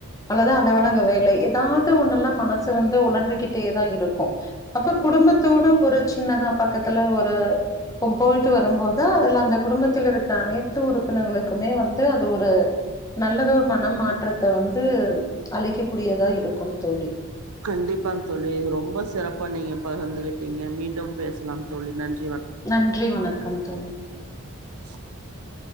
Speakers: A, on the left; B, on the right.
A: அல்லது அலுவலக வேலை தாது ஒன்னுல்லா மனசு வந்து ஒளறிக்கிட்டேதா இரு கோ அப்ப குடும்பத்தோடு ஒரு சின்னதா பக்கத்துல ஒரு போயிட்டு வரும்போது அதெல்லா அந்த குடும்பத்துல இருக்குற அனை து உறுப்பினர்களுக்குமே வந்து அது ஒரு நல்லது ஒரு மன மாற்றத்த வந்து அளிக்க கூடியதா இருக்கும் தோழி
B: கண்டிப்பாங் தோழி இது ரொம்ப சிறப் பா நீங்க பகிர்ந்துகிடீங்க மீண்டும் பேசலா தோழி நன்
A: நன்றி வணக் கம் தோழி
B: <inaudible>